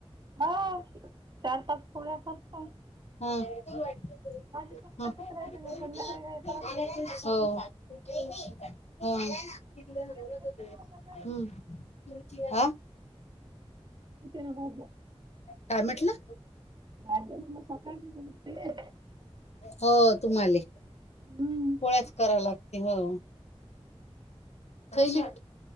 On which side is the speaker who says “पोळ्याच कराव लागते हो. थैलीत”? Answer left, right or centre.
Left